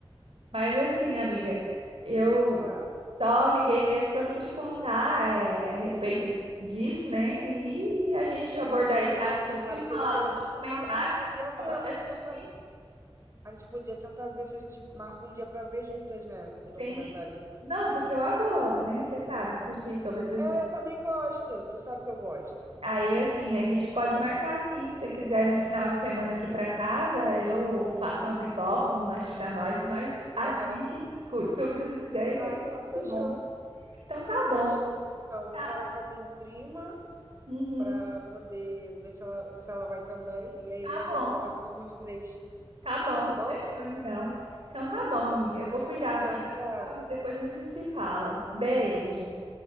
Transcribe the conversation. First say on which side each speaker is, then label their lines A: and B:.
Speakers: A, on the right (about 70°); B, on the right (about 30°).
A: Mas assim, amiga, eu
B: Pá,
A: só liguei mesmo para me te contar é, a respeito disso, né? E a gente abordar esse
B: No documentário
A: assunto e
B: que
A: falar
B: você
A: do
B: viu.
A: documentário
B: Ah, a gente podia ver
A: para você
B: um,
A: assistir.
B: tentar, a gente podia tentar ver se a gente marca um dia para ver juntas, né? Um documentário
A: Sim.
B: desse.
A: Não, porque eu adoro, né? Você sabe, discutir sobre esses
B: É, eu também gosto. Tu sabe que eu gosto.
A: Aí, assim, a gente pode marcar sim. Se você quiser vir final de semana aqui para casa, eu faço uma pipoca, um lanche para nós e nós assiste
B: Aham.
A: e discute sobre essas ideias que
B: Ah,
A: é
B: então fechou.
A: muito bom. Então tá bom.
B: Fechou. Só vou
A: Tá,
B: falar com a minha prima.
A: uhum,
B: para poder ver se ela, se ela vai também. E aí
A: tá
B: vamos
A: bom,
B: assistir nós três,
A: tá bom.
B: tá bom?
A: Fechou então. Então tá bom, amiga. Eu vou cuidar aqui
B: Tchau,
A: das
B: tchau.
A: coisas, depois a gente se fala. Beijo.